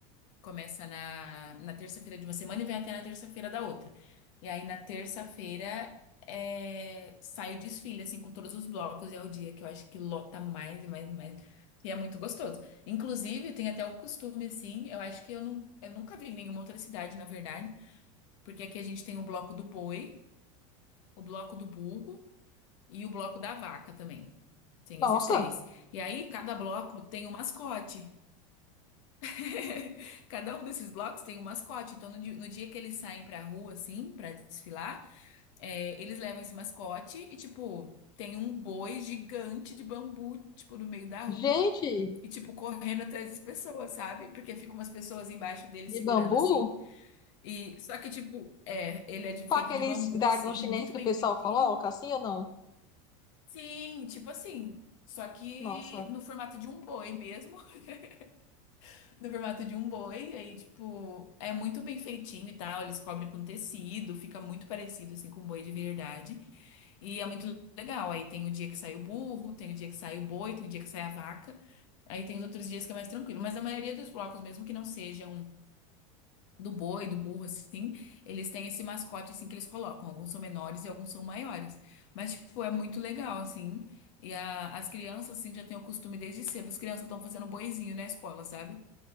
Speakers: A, on the left; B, on the left.
A: Começa na, na terça-feira de uma semana e vai até na terça-feira da outra. E aí, na terça-feira, é, sai o desfile, assim, com todos os blocos. E é o dia que eu acho que lota mais e mais e mais. E é muito gostoso. Inclusive, tem até o costume, assim, eu acho que eu, não, eu nunca vi em nenhuma outra cidade, na verdade. Porque aqui a gente tem o bloco do boi, o bloco do burro e o bloco da vaca também. Tem
B: nossa,
A: esses três. E aí, cada bloco tem um mascote. <laughs> Cada um desses blocos tem um mascote. Então, no, di- no dia que eles saem pra rua, assim, pra desfilar, é, eles levam esse mascote e, tipo, tem um boi gigante de bambu, tipo, no meio da rua
B: gente,
A: e, tipo, correndo atrás das pessoas, sabe? Porque ficam umas pessoas embaixo dele
B: de
A: segurando
B: bambu?
A: assim. E só que, tipo, é, ele é de- feito
B: Com aqueles
A: de bambu,
B: dragão
A: assim,
B: chinês
A: muito
B: que
A: bem
B: o pessoal
A: feitinho.
B: coloca, assim ou não?
A: Sim, tipo assim. Só que
B: Nossa,
A: no formato de um boi mesmo. <laughs> No formato de um boi, aí, tipo, é muito bem feitinho e tal. Eles cobrem com tecido, fica muito parecido, assim, com um boi de verdade. E é muito legal. Aí tem o dia que sai o burro, tem o dia que sai o boi, tem o dia que sai a vaca. Aí tem os outros dias que é mais tranquilo. Mas a maioria dos blocos, mesmo que não sejam do boi, do burro, assim, eles têm esse mascote, assim, que eles colocam. Alguns são menores e alguns são maiores. Mas, tipo, é muito legal, assim. E a- as crianças, assim, já têm o costume desde cedo. As crianças estão fazendo boizinho na escola, sabe?